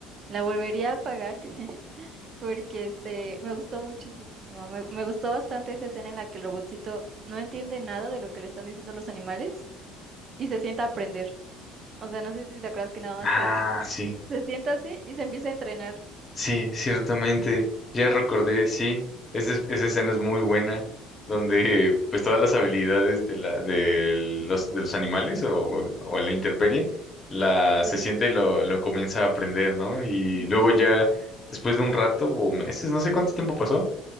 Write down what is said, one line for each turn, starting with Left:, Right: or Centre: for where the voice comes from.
Right: La volvería a pagar <laughs> porque este me gustó muchísimo. Me, me gustó bastante esa escena en la que el robotcito no entiende nada de lo que le están diciendo los animales y se sienta a aprender. O sea, no sé si te acuerdas que nada más
Left: Ah,
Right: se,
Left: sí.
Right: se sienta así y se empieza a entrenar.
Left: Sí, ciertamente, ya recordé, sí, esa, es- esa escena es muy buena, donde pues todas las habilidades de la, de los, de los animales o, o la intemperie, la
Right: Sí.
Left: se siente y lo, lo comienza a aprender, ¿no? Y
Right: Ujú,
Left: luego ya, después de un rato o meses, no sé cuánto tiempo pasó,